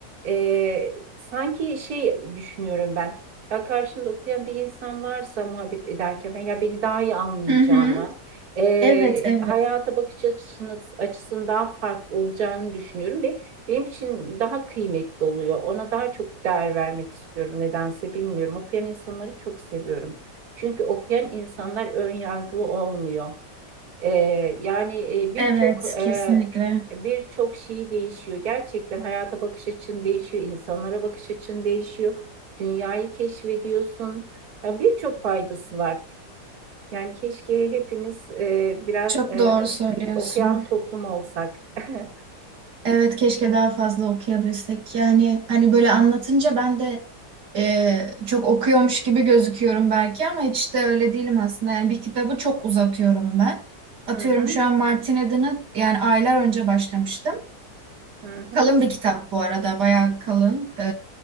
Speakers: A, on the right; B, on the right.
A: Ee, sanki şey düşünüyorum ben, ya karşımda okuyan bir insan varsa muhabbet ederken ben, ya beni daha iyi anlayacağını,
B: Hı hı.
A: e,
B: Evet, evet.
A: hayata bakış açısınız, açısının daha farklı olacağını düşünüyorum ve benim için daha kıymetli oluyor. Ona daha çok değer vermek istiyorum nedense bilmiyorum. Okuyan insanları çok seviyorum. Çünkü okuyan insanlar ön yargılı olmuyor. Ee, yani e, birçok
B: Evet,
A: e,
B: kesinlikle.
A: birçok şey değişiyor. Gerçekten hayata bakış açın değişiyor, insanlara bakış açın değişiyor. Dünyayı keşfediyorsun. Yani birçok faydası var. Yani keşke hepimiz e, biraz
B: Çok
A: e,
B: doğru söylüyorsun.
A: okuyan toplum olsak. <laughs>
B: Evet keşke daha fazla okuyabilsek. Yani hani böyle anlatınca ben de e, çok okuyormuş gibi gözüküyorum belki ama hiç de öyle değilim aslında. Yani bir kitabı çok uzatıyorum ben. Atıyorum
A: Hı hı,
B: şu an Martin Eden'ı yani aylar önce başlamıştım.
A: hı hı.
B: Kalın bir kitap bu arada bayağı kalın. E,